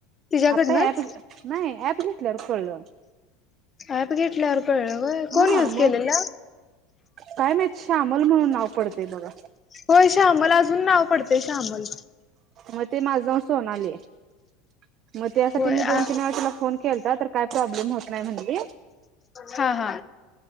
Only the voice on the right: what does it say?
आता ऍप घेतला नाही ऍप घेतल्यावर कळलं.
हा मग
काय माहित श्यामल म्हणून नाव पडतेय बघ.
मग ते माझं नाव सोनाली आहे मग त्यासाठी
मी
दोन तीन वेळा त्याला फोन केलाता तर. काय प्रॉब्लेम? होत नाही म्हणली